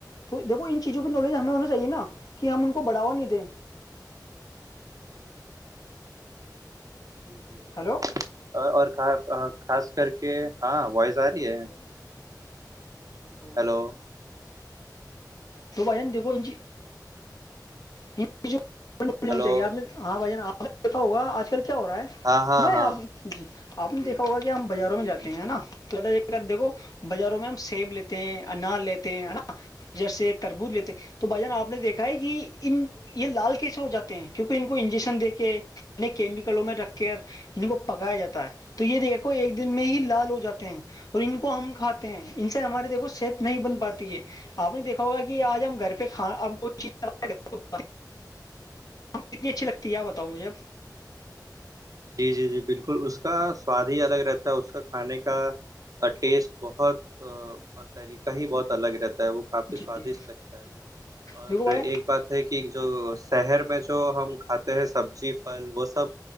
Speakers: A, on the left (about 55°); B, on the right (about 55°).
A: تو دیکو ان چیزوں کی نالج ہمیں ہونا چاہیے نا کہ ہم ان کو بڑھوا نہیں دیں
B: جی جی جی جی بالکل
A: ہیلو
B: اور خاص کر کے ہاں وائز آ رہی ہے
A: کو
B: ہیلو
A: تو بھائیین دیکھو ان ان کی جو چاہیے
B: ہلو
A: آپ نے ہاں بھائی جان آپ نے دیکا ہوگا آج کل کیا ہو رہا ہے
B: ہاں ہاں
A: سناو
B: ہاں
A: آپ جی آپ نے
B: جی
A: دیکھا ہوگا کہ ہم
B: ہاں
A: بازاروں
B: جی
A: میں جاتے
B: جی
A: ہیں نا تو دیکھو
B: جی
A: بازاروں میں ہم سیب لیتے ہیں انار لیتے ہیں نا جیسے تربوج لیتے تو بھائی جان آپ نے دیکھا ہے کہ ان یہ لال کیسے ہو جاتے ہیں کیونکہ ان کو انجیکشن دے کے ان کیمیکلوں میں رکھ کے ان کو پکایا جاتا ہے تو یہ دیکھو ایک دن میں ہی لال ہو جاتے ہیں اور ان کو ہم کھاتے ہیں ان سے ہماری دیکھو صحت نہیں بن پاتی ہے آپ نے دیکا ہوا آج ہم گھر پہ کھا کوئی چیز کتنی اچھی لگتی ہے بتاؤ مجھے اب
B: جی جی جی بالکل اس کا سواد ہی الگ رہتا ہے اس کا کھانے کا اور ٹیسٹ بہت طریقہ ہی بہت الگ رہتا ہے وہ کافی سوادشٹ
A: جی جی
B: لگتا ہے اور
A: دیکھو بھائی
B: ایک بات ہے کہ جو شہر میں جو ہم کھاتے ہیں سبزی پھل وہ سب